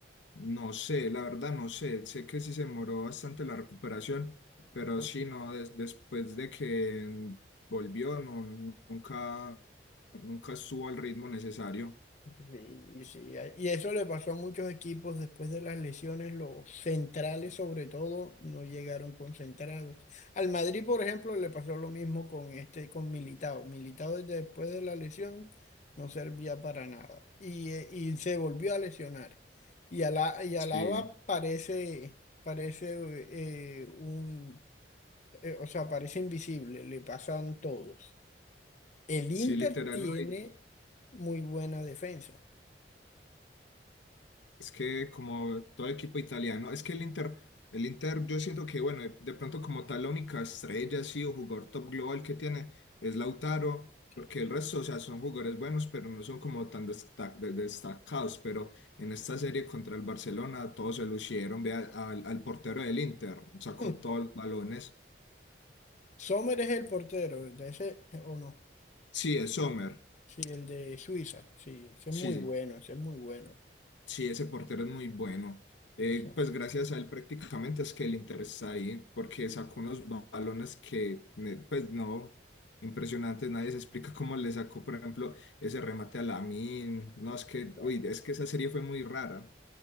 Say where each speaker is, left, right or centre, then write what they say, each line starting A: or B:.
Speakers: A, on the left; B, on the left.
A: No sé, la verdad no sé. Sé que sí se demoró bastante la recuperación, pero
B: Una cosa.
A: sí, no, des- después de que volvió, no, nunca, nunca estuvo al ritmo necesario.
B: Sí, sí, a- y eso le pasó a muchos equipos después de las lesiones, los centrales sobre todo no llegaron concentrados. Al Madrid, por ejemplo, le pasó lo mismo con este, con Militao. Militao desde después de la lesión no servía para nada y, eh, y se volvió a lesionar. Y Ala- y
A: Sí,
B: Alaba parece, parece eh, un eh, o sea, parece invisible, le pasan todos. El
A: sí,
B: Inter
A: literal,
B: tiene
A: no.
B: muy buena defensa.
A: Es que como todo equipo italiano, es que el Inter, el Inter, yo siento que, bueno, de, de pronto como tal, la única estrella, sí, o jugador top global que tiene es Lautaro, porque
B: Sí.
A: el resto, o sea, son jugadores buenos, pero no son como tan desta- de- destacados, pero en esta serie contra el Barcelona todos se lucieron, vea, al, al portero del Inter, sacó
B: Hmm.
A: todos los balones.
B: Sommer es el portero, de ese eh, o no.
A: Sí, es Sommer,
B: Sí, el de Suiza, sí, ese
A: sí.
B: es muy bueno,
A: sí.
B: ese es muy bueno.
A: Sí, ese portero es muy bueno.
B: Eso,
A: Eh, pues gracias a él prácticamente es que el Inter está ahí, porque sacó unos balones que, ne- pues no, impresionantes, nadie se explica cómo le sacó, por ejemplo, ese remate a Lamine. No, es que,
B: tal.
A: uy, es que esa serie fue muy rara.